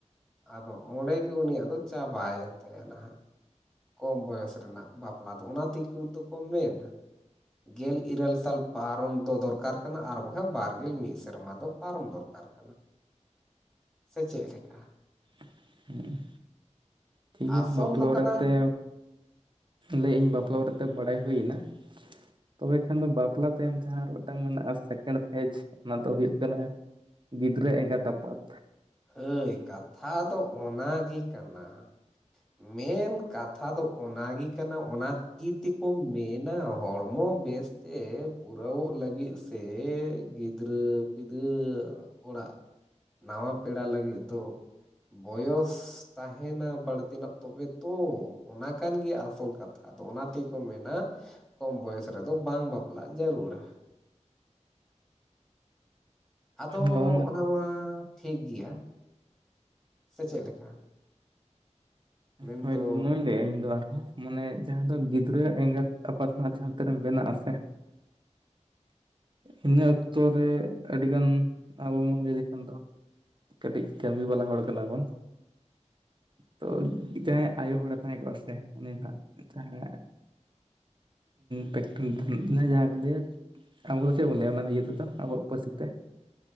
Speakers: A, in the centre; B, on the right.
A: ᱟᱫᱚ ᱚᱸᱰᱮ ᱜᱮ ᱩᱱᱤᱭᱟᱜ ᱫᱚ ᱪᱟᱵᱟᱭᱮᱱ ᱛᱟᱭᱟ ᱦᱟᱸᱜ ᱾ ᱠᱚᱢ ᱵᱚᱭᱚᱥ ᱨᱮᱱᱟᱜ ᱵᱟᱯᱞᱟ ᱫᱚ ᱚᱱᱟ ᱛᱮᱜᱮ ᱛᱚ ᱠᱚ ᱢᱮᱱᱟ ᱾ ᱜᱮᱞ ᱤᱨᱟᱹᱞ ᱥᱟᱞ ᱯᱟᱨᱚᱢ ᱫᱚ ᱫᱚᱨᱠᱟᱨ ᱠᱟᱱᱟ ᱟᱨ ᱵᱟᱝᱠᱷᱟᱱ ᱵᱟᱨᱜᱮᱞ ᱢᱤᱫ ᱥᱮᱨᱢᱟ ᱫᱚ ᱯᱟᱨᱚᱢ ᱫᱚᱨᱠᱟᱨ ᱠᱟᱱᱟ ᱾ <unintelligible> ᱥᱮ ᱪᱮᱫ ᱞᱮᱠᱟ?
B: <unintelligible> ᱦᱮᱸ ᱴᱷᱤᱠ ᱜᱮᱭᱟ
A: ᱟᱥᱚᱞ
B: ᱵᱟᱯᱞᱟ
A: ᱫᱚ
B: ᱵᱟᱨᱮᱛᱮ
A: ᱠᱟᱱᱟ
B: ᱞᱟᱹᱭ ᱤᱧ ᱵᱟᱯᱞᱟ ᱵᱟᱨᱮᱛᱮ ᱵᱟᱲᱟᱭ ᱦᱩᱭ ᱮᱱᱟ ᱛᱚᱵᱮ ᱠᱷᱟᱱ ᱫᱚ ᱵᱟᱯᱞᱟ ᱛᱟᱭᱚᱢ ᱡᱟᱦᱟᱸ ᱢᱤᱫᱴᱟᱝ ᱢᱮᱱᱟᱜᱼᱟ ᱥᱮᱠᱮᱱᱰ ᱯᱷᱮᱡ ᱚᱱᱟ ᱫᱚ ᱦᱩᱭᱩᱜ ᱠᱟᱱᱟ ᱾ ᱜᱤᱫᱽᱨᱟᱹ ᱮᱸᱜᱟᱛ ᱟᱯᱟᱛ
A: ᱦᱳᱭ ᱠᱟᱛᱷᱟ ᱫᱚ ᱚᱱᱟᱜᱮ ᱠᱟᱱᱟ ᱾ ᱢᱮᱱ ᱠᱟᱛᱷᱟ ᱫᱚ ᱚᱱᱟᱜᱮ ᱚᱱᱟ ᱛᱤ ᱛᱮᱠᱚ ᱢᱮᱱᱟ ᱦᱚᱲᱢᱚ ᱵᱮᱥ ᱛᱮ ᱯᱩᱨᱟᱣᱚᱜ ᱞᱟᱹᱜᱤᱫ ᱥᱮ ᱜᱤᱫᱽᱨᱟᱹ ᱯᱤᱫᱽᱟᱹᱨ ᱚᱲᱟᱜ ᱱᱟᱣᱟ ᱯᱮᱲᱟ ᱞᱟᱹᱜᱤᱫ ᱫᱚ ᱵᱚᱭᱚᱥ ᱛᱟᱦᱮᱱᱟ ᱵᱟᱹᱲᱛᱤᱱᱟᱜ ᱛᱚᱵᱮ ᱛᱚ ᱚᱱᱟ ᱠᱟᱱ ᱜᱮᱭᱟ ᱟᱥᱚᱞ ᱠᱟᱛᱷᱟ ᱟᱫᱚ ᱚᱱᱟ ᱛᱮᱜᱮ ᱠᱚ ᱢᱮᱱᱟ ᱠᱚᱢ ᱵᱚᱭᱚᱥ ᱨᱮᱫᱚ ᱵᱟᱝ ᱵᱟᱯᱞᱟᱜ ᱡᱟᱹᱨᱩᱲᱟ ᱾ ᱟᱫᱚ
B: ᱱᱚᱜᱼᱚ ᱱᱟ
A: ᱚᱱᱟ ᱢᱟ ᱴᱷᱤᱠ ᱜᱮᱭᱟ ᱾ ᱥᱮ ᱪᱮᱫ ᱞᱮᱠᱟ? ᱢᱮᱱᱫᱚ
B: ᱦᱳᱭ ᱱᱚᱣᱟᱧ ᱞᱟᱹᱭᱮᱜᱼᱟ ᱤᱧ ᱫᱚ ᱟᱨᱦᱚᱸ <inaudible> ᱢᱟᱱᱮ ᱡᱟᱦᱟᱸ ᱫᱚ ᱜᱤᱫᱽᱨᱟᱹ ᱮᱸᱜᱟᱛ ᱟᱯᱟᱛ ᱡᱟᱦᱟᱸ ᱛᱤᱨᱮᱢ ᱵᱮᱱᱟᱜ ᱟᱥᱮ ᱤᱱᱟᱹ ᱚᱠᱛᱚ ᱨᱮ ᱟᱹᱰᱤᱜᱟᱱ ᱟᱵᱚ ᱢᱟ ᱞᱟᱹᱭ ᱞᱮᱠᱷᱟᱱ ᱫᱚ ᱠᱟᱹᱴᱤᱡ ᱠᱟᱹᱢᱤ ᱵᱟᱞᱟ ᱦᱚᱲ ᱠᱟᱱᱟ ᱵᱚᱱ ᱾
A: <inaudible>
B: ᱛᱚ ᱡᱟᱦᱟᱸᱭ ᱟᱭᱳ ᱦᱚᱲᱮ ᱛᱟᱦᱮᱸ ᱠᱚ ᱥᱮ ᱩᱱᱤ ᱡᱟᱦᱟᱸ ᱯᱮᱠᱴᱮᱱ ᱯᱷᱩᱞ ᱡᱟᱦᱟᱸ ᱠᱚᱸ ᱞᱟᱹᱭᱟ <unintelligible> ᱟᱵᱚ ᱫᱚ ᱪᱮᱫ ᱵᱚᱱ ᱞᱟᱹᱭᱟ ᱚᱱᱟ ᱤᱭᱟᱹ ᱛᱮᱫᱚ ᱟᱵᱚᱣᱟᱜ ᱯᱚᱨᱥᱤ ᱛᱮ